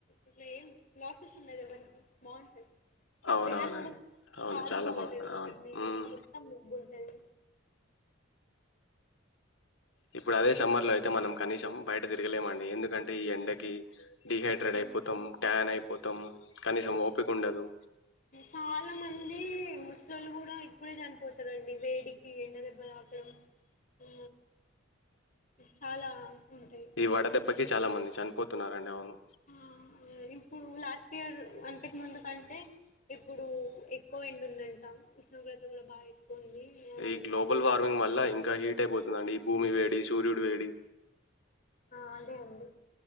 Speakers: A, on the left; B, on the left.
A: ఇట్లా ఏం లాసెస్ ఉన్నాది ఎవరికి బాగుంటది
B: అవునవునండి
A: వెదర్ కూడా
B: అవును
A: చాలా బాగుంటది మార్నింగ్
B: అవును ఉమ్
A: మొత్తం మబ్బుంటది
B: ఇప్పుడు అదే సమ్మర్ లో అయితే మనం కనీసం బయట తిరగలేమండి ఎందుకంటే ఈ ఎండకి డిహైడ్రేట్
A: హ్మ్.
B: అయిపోతాం
A: హ్మ్.
B: ట్యాన్ అయిపోతాం కనీసం ఓపిక ఉండదు
A: చాలా మంది ముస్లింలు కూడా ఇప్పుడే చనిపోతారండి వేడికి ఎండ దెబ్బ తాకడం ఆ చాలా ఉంటాయి.
B: ఈ వడ దెబ్బ కే చాలా మంది చనిపోతున్నారండి అవును
A: ఆ! ఇప్పుడు లాస్ట్ ఇయర్ అంతకు ముందు కంటే ఇప్పుడు ఎక్కువ ఎండు ఉందంట విష్ణోగ్రత కూడా బాగా ఉంది అని
B: ఈ
A: అంటున్నారు.
B: గ్లోబల్ వార్మింగ్ వల్ల ఇంకా హీట్ అయిపోతుందండి భూమి వేడి సూర్యుడు వేడి
A: ఆ అదే అండి